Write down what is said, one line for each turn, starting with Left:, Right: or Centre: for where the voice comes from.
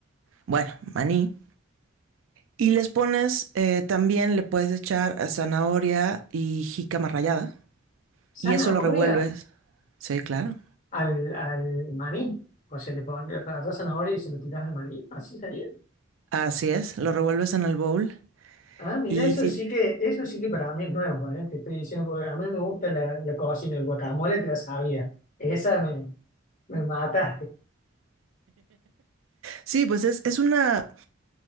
Right: Bueno, maní. Y les pones, eh, también le puedes echar zanahoria y jícama rallada.
Left: ¿Zanahoria?
Right: Y eso lo revuelves. Sí, claro.
Left: al, al maní. O sea, le pones rallás zanahoria y se lo tirás al maní. Así sería.
Right: Así es, lo revuelves en el bowl.
Left: Ah, mira,
Right: Y
Left: eso
Right: sí,
Left: sí que, eso sí que para mí es nuevo, ¿eh? Te estoy diciendo porque a mí me gusta la, la cocina, el guacamole te la sabía. Esa me, me mataste.
Right: sí pues es, es una,